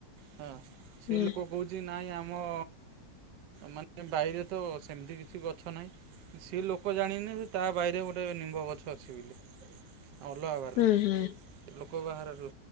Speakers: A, on the right (about 75°); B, on the left (about 65°).
A: ହଁ ସେ
B: ହୁଁ
A: ଲୋକ କହୁଛି ନାଇଁ ଆମ ମାନେ ବାଇରେ ତ ସେମିତି କିଛି ଗଛ ନାହିଁ ସିଏ ଲୋକ ଜାଣିନେ ଯେ ତା ବାଇରେ ଗୋଟେ ନିମ୍ବ ଗଛ ଅଛି ବୋଲି ଆ ଅଲଗା ବାରିରୁ
B: ହୁଁ ହୁଁ
A: ଲୋକ ବାହାରାରୁ